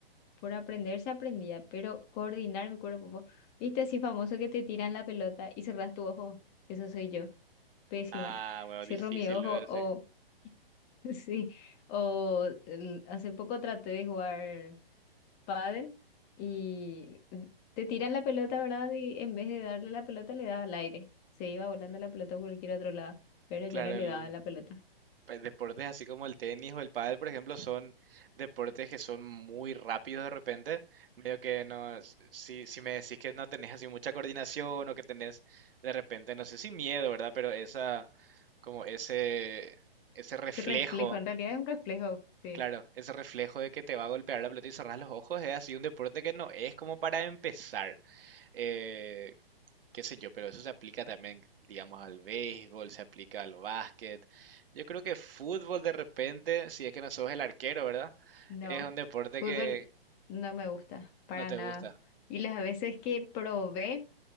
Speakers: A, on the left; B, on the right.
A: por aprender se aprendía, pero coordinar mi cuerpo, po- viste así famoso que te tiran la pelota y cerrás tu ojo, eso soy yo, pésima.
B: Ah, bueno,
A: Cierro
B: difícil
A: mi ojo
B: lo de decir.
A: o <laughs> sí, o el- hace poco traté de jugar pádel y te tiran la pelota, ¿verdad? Y en vez de darle la pelota, le daba al aire. Se iba volando la pelota por cualquier otro lado, pero yo
B: Claro,
A: no le
B: el
A: daba la pelota.
B: pues, deportes así como el tenis o el pádel, por ejemplo, son deportes que son muy rápidos de repente. Medio que no, si, si me decís que no tenés así mucha coordinación o que tenés de repente, no sé si miedo, ¿verdad? Pero esa, como ese, ese reflejo
A: Ese reflejo, en realidad es un reflejo, sí.
B: Claro, ese reflejo de que te va a golpear la pelota y cerrar los ojos es así un deporte que no es como para empezar. Eh, qué sé yo, pero eso se aplica también, digamos, al béisbol, se aplica al básquet. Yo creo que fútbol de repente, si es que no sos el arquero, ¿verdad?
A: No,
B: Es un deporte
A: fútbol
B: que
A: no me gusta, para
B: no te
A: nada.
B: gusta.
A: Y las veces que probé,